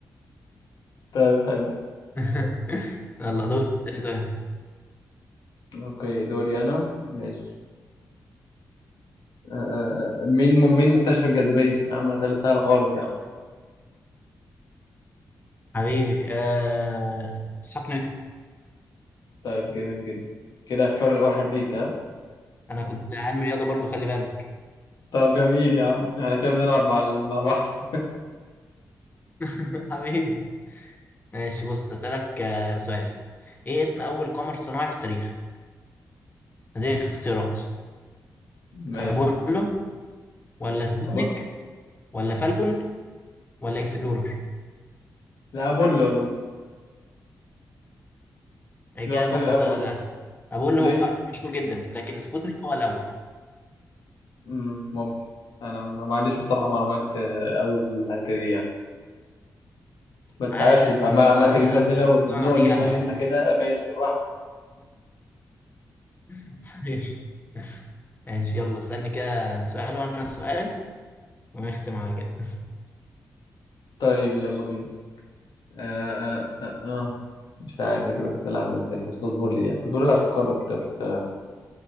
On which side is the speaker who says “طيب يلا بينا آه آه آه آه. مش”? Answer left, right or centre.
Left